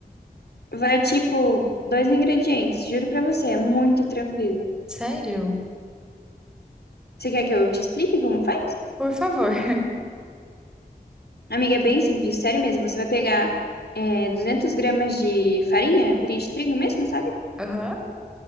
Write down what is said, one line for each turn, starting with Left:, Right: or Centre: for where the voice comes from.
Left: Vai tipo dois ingredientes, juro pra você, é muito tranquilo.
Centre: Sério?
Left: Você quer que eu te explique como faz?
Centre: Por favor.
Left: Amiga, é bem simples, sério mesmo. Você vai pegar é, 200 gramas de farinha, farinha de trigo mesmo, sabe?
Centre: <laughs> Aham.